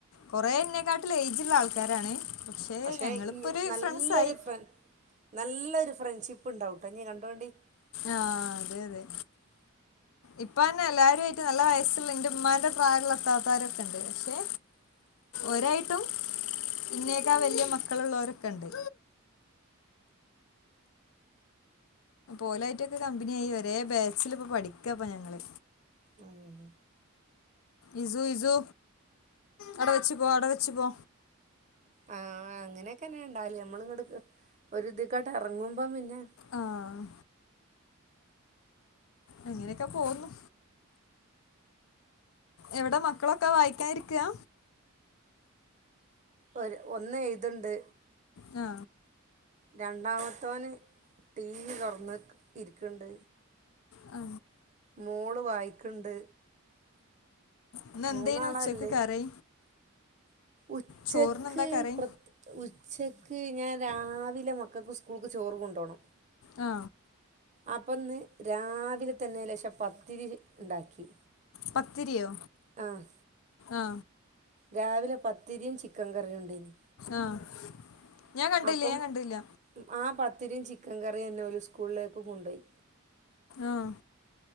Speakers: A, on the left; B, on the right.
A: കൊറേ എന്നേക്കാ ട്ടില് ഏജുള്ള ആൾക്കാരാണ് പക്ഷെ
B: പക്ഷേ
A: ഞങ്ങളിപ്പോ
B: ഇനി
A: ഒരു
B: നല്ലൊരു
A: ഫ്രണ്ട്സായി
B: ഫ്ര നല്ലൊരു ഫ്രണ്ട്ഷിപ്പ് ഉണ്ടാവുട്ടോ നീ കണ്ടോണ്ടി
A: ആ അതെ അതെ ഇപ്പ ന്നെ എല്ലാവരും ആയിട്ട് നല്ല വയസുള്ള എന്റെ ഉമ്മാന്റെ പ്രായ ഒള്ള ഇത്താത്തോരൊക്കെ ഉണ്ട് പക്ഷെ ഒരായിട്ടും ഇന്നേക്കാ വലിയ മക്കളുള്ളവരൊക്കെ ഉണ്ട് ഓലായിട്ടൊക്കെ കമ്പനിയായി ഒരേ ബാച്ചില് ഇപ്പൊ പഠിക്ക പ്പൊ ഞങ്ങള്
B: ഉം
A: ഇസു ഇസു അടെ വെച്ചു പോ അടെ വെച്ചു പോ
B: ആ അങ്ങനെയൊക്കന്നെ ഇണ്ടാവല് നമ്മള് ഇങ്ങട്ട് ഒരിതിക്കാട്ട് എറങ്ങുമ്പം പിന്നെ
A: ആഹ് അങ്ങനെയൊക്കെ പോന്നു എവിടെ മ ക്കളൊക്കെ വായിക്കാൻ ഇരികാ
B: ഒര് ഒന്ന് എഴുത്ണ്ട്
A: ആ
B: രണ്ടാമത്തോന് ടി വി തുറന്ന് ഇരിക്ക്ണ്ട്
A: ആ
B: മോള് വായിക്ക്ണ്ട്
A: ഇന്നെന്തേനു
B: മൂന്നാളാ
A: ഉച്ചക്ക്
B: ഇല്ലെ
A: കറി
B: ഉച്ചക്ക്
A: ചോറിനെന്താ കറി
B: പ്ര ഉ ച്ചക്ക് ഞാൻ രാവിലെ മക്കൾക്ക് സ്കൂൾക്ക് ചോറ് കൊണ്ടോണം
A: ആ
B: അപ്പന്ന് രാവിലെ തന്നെ ലേശം പത്തിരി ഇണ്ടാക്കി
A: പത്തിരിയോ
B: ആഹ്
A: ആ
B: രാവിലെ പത്തിരിയും ചിക്കൻ കറിയും ഉണ്ടേനി
A: ആഹ് ഞാൻ കണ്ടില്ല
B: അപ്പം
A: ഞാൻ കണ്ടില്ല
B: ആ പത്തിരിയും ചിക്കൻ കറിയും അന്നെ ഓല് സ്കൂളിലേക്ക് കൊണ്ടുപോയി
A: ആഹ്